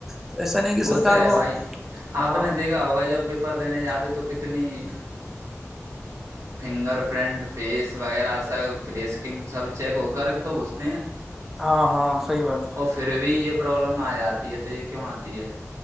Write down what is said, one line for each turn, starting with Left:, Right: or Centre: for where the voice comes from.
Centre: تو ایسا نہیں کہ
Right: وہ
Centre: سرکار
Right: تو ہے
Centre: کو
Right: بھائی
Centre: ہاں
Right: آپ نے دیکھا ہوگا جب پیپر دینے جاتے تو کتنے اتنی <unintelligible> فنگر پرنٹ فیس وغیرہ سب فریسکنگ سب چیک ہو کر کے تو گھستے ہیں
Centre: ہاں ہاں صحیح بات ہے
Right: اور پھر بھی یہ پرابلم آ جتی ہے تو یہ کیوں آتی ہے تی ہے <unintelligible>